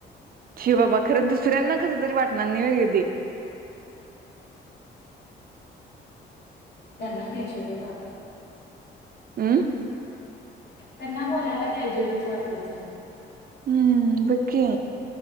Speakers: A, on the right (about 50°); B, on the left (about 55°).
A: शि बाबा खरं दुसऱ्यांना कस तरी वाटणार नाही. व ग ते
B: त्यांना ख्याचेलं
A: अमं
B: त्यांना बोलायला कॅज्युअल वाटत असत.
A: हम्म बकी